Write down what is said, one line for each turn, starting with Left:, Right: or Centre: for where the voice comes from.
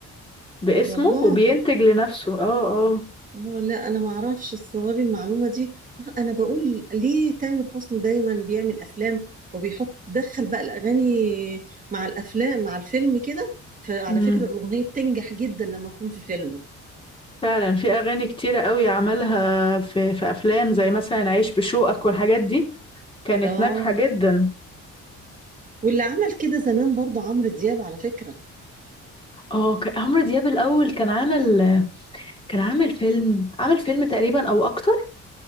Left: باسمه
Right: والله
Left: وبينتج لنفسه اه اه
Right: لا لا، انا ما اعرفش الصواري المعلومه دي انا بقول ليه تامر حسني دايما بيعمل افلام وبيحط دخل بقى الاغاني مع الافلام مع الفيلم كده فعلى
Left: امم
Right: فكره الاغنيه بتنجح جدا لما تكون في فيلم
Left: فعلا في اغاني كتيرة قوي عملها في في افلام زي مثلا عيش بشوقك والحاجات دي كانت
Right: اه
Left: ناجحة جدا
Right: واللي عمل كده زمان برضو عمرو دياب على فكره
Left: اه كان عمرو دياب الاول كان عامل كان عامل فيلم عامل فيلم تقريبا او اكتر